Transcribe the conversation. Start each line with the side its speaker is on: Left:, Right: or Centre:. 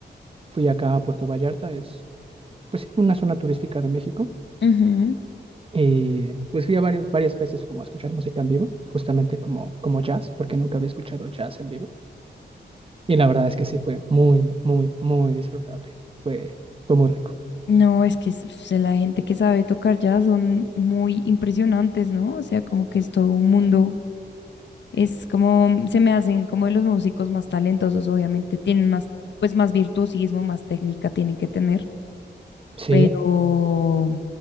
Right: fui acá a Puerto Vallarta, es pues sí, una zona turística de México.
Left: Ujú.
Right: Y pues fui a varias, varias veces como a escuchar música en vivo, justamente como, como jazz, porque nunca había escuchado jazz en vivo. Y la verdad es que sí fue muy, muy, muy disfrutable. Fue, fue muy rico.
Left: No, es que s- s- la gente que sabe tocar ya son muy impresionantes, ¿no? O sea, como que es todo un mundo. Es como, se me hacen como de los músicos más talentosos, obviamente tienen más, pues más virtuosismo, más técnica tienen que tener.
Right: Sí,
Left: Pero,